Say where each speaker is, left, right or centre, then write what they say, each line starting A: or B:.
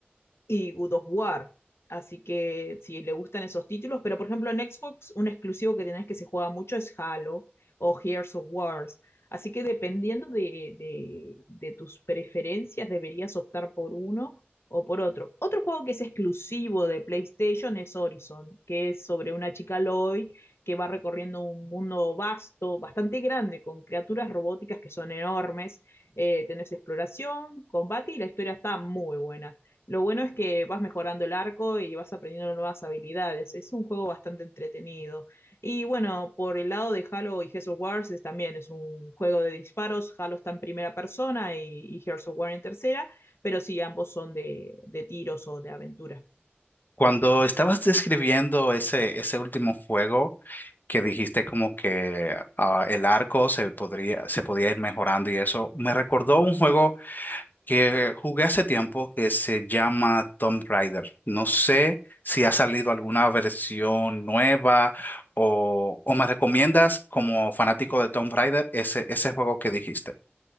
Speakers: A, on the left (about 85°); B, on the left (about 50°).
A: y God of War. Así que si le gustan esos títulos, pero por ejemplo en Xbox un exclusivo que tenés que se juega mucho es Halo o Gears of Wars. Así que dependiendo de, de, de tus preferencias deberías optar por uno o por otro. Otro juego que es exclusivo de PlayStation es Horizon, que es sobre una chica Lloyd que va recorriendo un mundo vasto, bastante grande, con criaturas robóticas que son enormes. Eh, tenés exploración, combate y la historia está muy buena. Lo bueno es que vas mejorando el arco y vas aprendiendo nuevas habilidades. Es un juego bastante entretenido. Y bueno, por el lado de Halo y Gears of War es- también es un juego de disparos. Halo está en primera persona y, y Gears of War en tercera, pero sí, ambos son de, de tiros o de aventura.
B: Cuando estabas describiendo ese, ese último juego que dijiste como que ah, el arco se podría, se podía ir mejorando y eso, me recordó un juego que jugué hace tiempo que se llama Tomb Raider. No sé si ha salido alguna versión nueva o, o me recomiendas como fanático de Tomb Raider ese, ese juego que dijiste.